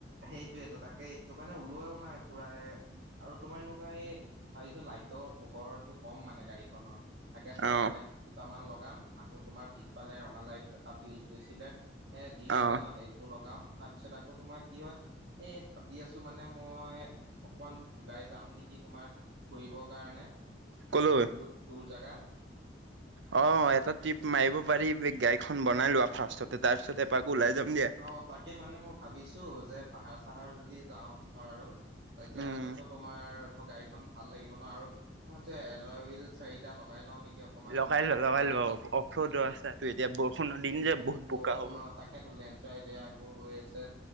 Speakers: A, on the right; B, on the right.
A: সেইটোয়েতো তাকে এইটো কাৰণে ওলোৱাও নাই পুৰাই, আৰু তোমাৰ এনেকুৱা এই ভাবিছো লাইটৰ পোহৰটো কম মানে গাড়ীখনৰ। তাকে ফগ
B: অ
A: লাইট দুটামান লগাম আকৌ তোমাৰ পিছফালে ৰঙা লাইট এটা ফিউজ গৈছিলে, হে দিন হৈছে
B: অ
A: ন সেইটো লগাও তাৰপিছত আকৌ তোমাৰ, কি হয় এই ভাবি আছো মানে মই অকমান ওলাই যাম নেকি তোমাৰ, ফূৰিবৰ কাৰণে,
B: ক'লৈ?
A: দূ দূৰ জেগাত।
B: অ এটা ট্ৰিপ মাৰিব পাৰি বে গাড়ীখন বনাই লোৱা ফাৰ্ষ্টতে তাৰ পিছত এপাক ওলাই যাম দিয়া।
A: অ তাকে মানে মই ভাবিছো যে পাহাৰ চাহাৰ যদি যাওঁ ধৰ আৰু, তেতিয়াহ'লে
B: উম
A: তো তোমাৰ ধৰ গাড়ী খন ভাল লাগিব ন আৰু মই এল'উইল চাৰিটা লগাই লওঁ নেকি, অকমান
B: লগাই ল লগাই
A: ভাল
B: ল অফ ৰ'ড ৰাস্তাটো এতিয়া বৰষুণৰ দিন যে, বহুত
A: বৰষুণ
B: বোকা হ'ব
A: অ তাকেতো লেনচলাইড এয়া সেইবোৰ হৈ আছে।